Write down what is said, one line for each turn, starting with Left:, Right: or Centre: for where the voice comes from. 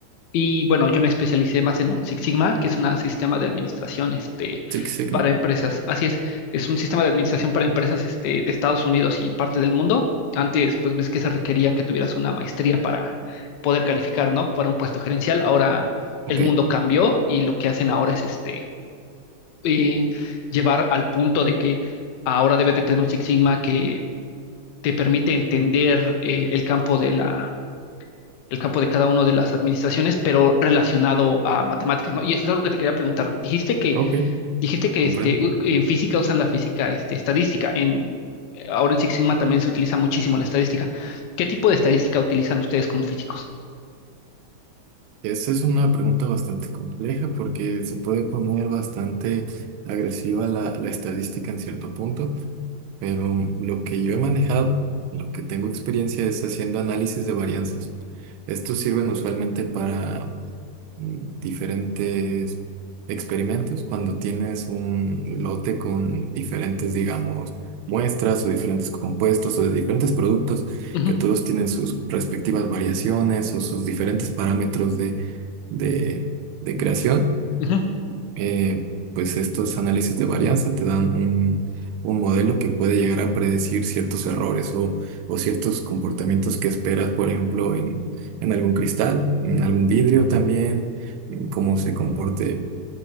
Left: Y bueno, yo me especialicé más en un Six Sigma, que es un sistema de administración este,
Right: Six Sigma.
Left: para empresas. Así es, es un sistema de administración para empresas este, de Estados Unidos y parte del mundo. Antes, pues ves que se requería que tuvieras una maestría para poder calificar, ¿no? Para un puesto gerencial. Ahora el
Right: Ok,
Left: mundo cambió y lo que hacen ahora es este, eh, llevar al punto de que ahora debes de tener un Six Sigma que te permite entender eh, el campo de la el campo de cada una de las administraciones, pero relacionado a matemáticas, ¿no? Y eso es algo que te quería preguntar. Dijiste que,
Right: ok,
Left: dijiste que
Right: comprendo.
Left: este, u- en física usan la física este, estadística. En, ahora en Six Sigma también se utiliza muchísimo la estadística. ¿Qué tipo de estadística utilizan ustedes como físicos?
Right: Esa es una pregunta bastante compleja porque se puede poner bastante agresiva la, la estadística en cierto punto. Pero lo que yo he manejado, lo que tengo experiencia es haciendo análisis de varianzas. Estos sirven usualmente para mm, diferentes experimentos, cuando tienes un lote con diferentes, digamos, muestras o diferentes compuestos o de diferentes productos
Left: Ujú,
Right: que todos tienen sus respectivas variaciones o sus diferentes parámetros de, de de creación
Left: ujú.
Right: eh, pues estos análisis de varianza te dan un, un modelo que puede llegar a predecir ciertos errores o, o ciertos comportamientos que esperas, por ejemplo, en, en algún cristal, en algún vidrio también, en cómo se comporte